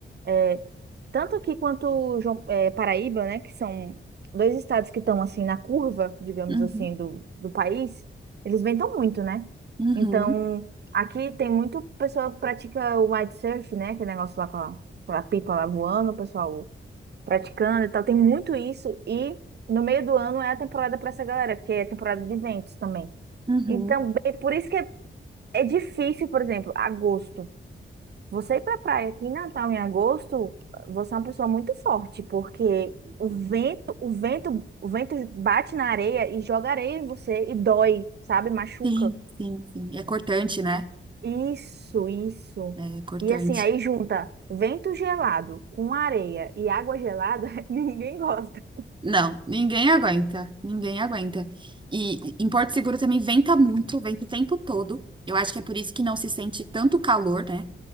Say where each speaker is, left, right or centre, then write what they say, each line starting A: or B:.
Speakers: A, on the right (about 55°); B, on the right (about 25°).
A: é, Tanto aqui quanto João- eh, Paraíba, né, que são dois estados que estão assim na curva, digamos
B: Uhum,
A: assim, do, do país, eles vendam muito, né?
B: uhum,
A: Então, aqui tem muito pessoa que pratica o windsurf, né, aquele negócio lá com a, com a pipa lá voando, o pessoal praticando e tal, tem muito isso e no meio do ano é a temporada para essa galera, porque é temporada de eventos também.
B: uhum.
A: Então, bem- por isso que é, é difícil, por exemplo, agosto. Você ir pra praia aqui em Natal em agosto, você é uma pessoa muito forte, porque o vento, o vento, o vento bate na areia e joga areia em você e dói, sabe? Machuca.
B: Sim, sim, sim. É cortante, né?
A: Isso, isso.
B: É cortante.
A: E assim, aí junta vento gelado com areia e água gelada, <laughs> ninguém gosta.
B: Não, ninguém aguenta, ninguém aguenta. E em Porto Seguro também venta muito, venta o tempo todo. Eu acho que é por isso que não se sente tanto calor, né?